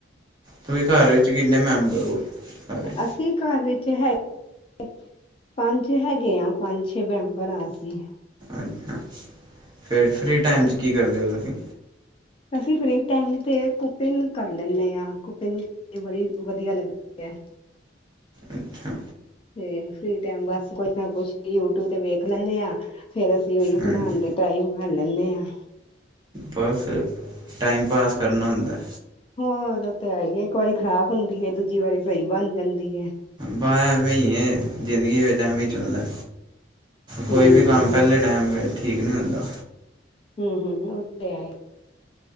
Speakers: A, on the right; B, on the left.
A: ਤੁਸੀਂ ਘਰ ਵਿੱਚ ਕਿੰਨੇ ਮੈਂਬਰ ਹੋ? ਸਾਰੇ
B: ਅਸੀਂ ਘਰ ਵਿੱਚ ਹੈ ਪੰਜ ਹੈਗੇ ਆ, ਪੰਜ- ਛੇ ਮੈਂਬਰ ਹਾਂ ਅਸੀਂ।
A: ਅੱਛਾ, ਫ਼ੇਰ ਫ੍ਰੀ ਟਾਈਮ ਚ ਕੀ ਕਰਦੇ ਹੋ ਤੁਸੀਂ।
B: ਅਸੀਂ ਫ੍ਰੀ ਟਾਈਮ ਤੇ ਕੁਕਿੰਗ ਕਰ ਲੈਂਣੇ ਹਾਂ, ਕੁਕਿੰਗ ਬੜੀ ਵਧੀਆ ਲੱਗਦੀ ਹੈ।
A: ਅੱਛਾ।
B: ਤੇ ਫਰੀ ਟਾਈਮ ਬਸ ਕੁਛ ਨਾ ਕੁਛ ਯੂ ਟਿਊਬ ਤੇ ਵੇਖ ਲੈਂਦੇ ਆਂ। ਫੇਰ ਅਸੀਂ ਉਹੀਓ
A: ਹਾਂਜੀ
B: ਬਣਾਣ ਦੇ ਟਾਈਮ ਹੱਲ ਲੈਨੇ ਆਂ।
A: ਬਸ ਟਾਈਮ ਪਾਸ ਕਰਨਾ ਹੁੰਦਾ।
B: ਹਾਂ ਉਹਦਾ ਤੇ ਹੈ ਹੀ ਇੱਕ ਵਾਰੀ ਖ਼ਰਾਬ ਹੁੰਦੀ ਏ, ਦੂਜੀ ਵਾਰੀ ਸਹੀ ਬਣ ਜਾਂਦੀ ਹੈ
A: ਬਾਹਰ ਵੀ ਐਈ ਏ, ਜ਼ਿੰਦਗੀ ਵਿੱਚ ਐਵੀਂ ਚੱਲਦਾ। ਕੋਈ
B: ਹਮ
A: ਵੀ ਕੰਮ ਪਹਿਲੇ ਟਾਈਮ ਬੈਠੇ ਠੀਕ ਨਹੀਂ ਹੁੰਦਾ।
B: ਹੂੰ, ਹੂੰ ਉਹ ਤੇ ਹੈ ਈ।